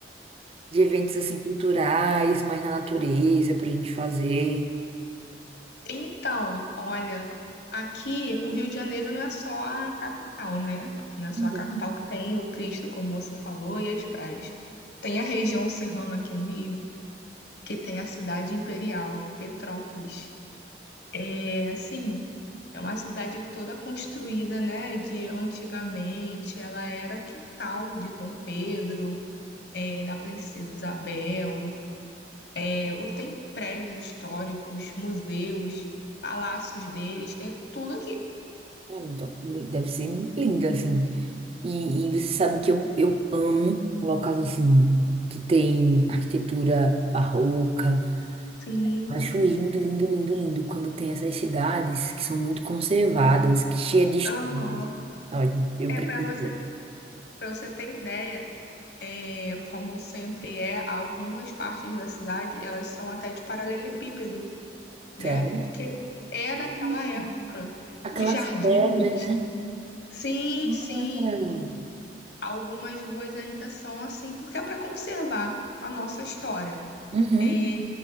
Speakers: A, on the right; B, on the left.
A: de eventos, assim, culturais, mais na natureza, pra gente fazer.
B: Então, olha, aqui o Rio de Janeiro não é só a capital, né? Não é só
A: Uhum.
B: a capital que tem o Cristo, como você falou, e as praias. Tem a região serrana aqui no Rio, que tem a cidade imperial, Petrópolis. É, assim, é uma cidade toda construída, né, de antigamente. Ela era quintal de Dom Pedro, é, da Princesa Isabel. É, o- tem prédios históricos, museus, palácios deles, tem tudo aqui.
A: Cara, então, li- deve ser lindo, assim. E, e você sabe que eu, eu amo locais, assim, que tem arquitetura barroca,
B: Sim,
A: Acho lindo, lindo, lindo, lindo quando tem essas cidades que são muito conservadas, que cheia de histórias.
B: aham.
A: Olha, eu
B: É
A: preciso,
B: para você, para você ter ideia, é, como sempre é, algumas partes da cidade, elas são até de paralelepípedo, né?
A: sério.
B: Porque é daquela
A: Hum,
B: época.
A: Aquelas
B: Os jardins,
A: pedras, né?
B: sim, sim,
A: cara?
B: algumas ruas ainda são assim, porque é para conservar a nossa história.
A: Uhum.
B: É,